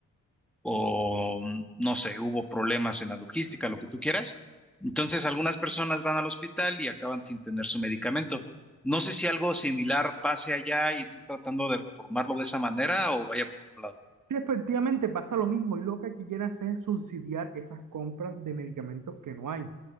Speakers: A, in the centre; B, on the right (about 70°).
A: o mm, no sé, hubo problemas en la logística, lo que tú quieras. Entonces, algunas personas van al hospital y acaban sin tener su medicamento. No sé si algo similar pase allá y estén tratando de reformarlo de esa manera o vaya por otro lado.
B: sí, efectivamente pasa lo mismo, y lo que aquí quieren hacer es subsidiar esas compras de medicamentos que no hay.